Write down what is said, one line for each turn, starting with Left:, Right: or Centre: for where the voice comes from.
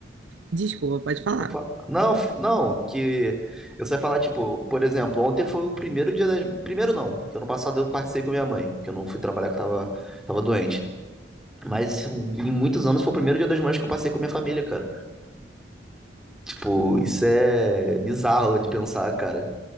Right: Desculpa, pode falar.
Centre: não, fa- não, f- não, que eu só ia falar, tipo, por exemplo, ontem foi o primeiro dia das. Primeiro não, que ano passado eu participei com minha mãe, que eu não fui trabalhar, que eu tava, tava doente. Mas isso, em muitos anos foi o primeiro dia das mães que eu passei com a minha família, cara. Tipo, isso é bizarro de pensar, cara.